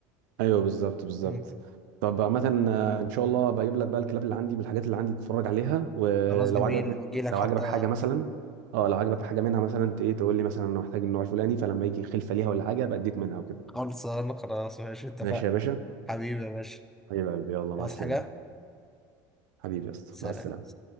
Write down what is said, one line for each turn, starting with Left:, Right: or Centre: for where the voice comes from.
Right: ايوه بالظبط بالظبط
Centre: <laughs> مم.
Right: طب عامة آه، ان شاء الله بجيب لك بقى الكلاب اللي عندي والحاجات اللي عندي تتفرج عليها ولو
Centre: خلاص جميل
Right: عجبك من...
Centre: بجي لك
Right: لو
Centre: حتى
Right: عجبك حاجة مثلا اه لو عجبك حاجة منها مثلا ت- ايه تقول لي مثلا انا محتاج النوع الفلاني فلما يجي خلفة ليها ولا حاجة بديك منها وكده
Centre: خالص انا خلاص ماشي اتفقنا
Right: ماشي يا باشا
Centre: حبيبي يا باشا
Right: حبيب قلبي يلا مع
Centre: عايز
Right: السلامة
Centre: حاجة
Right: حبيبي يا اسطى
Centre: سلام
Right: مع السلامة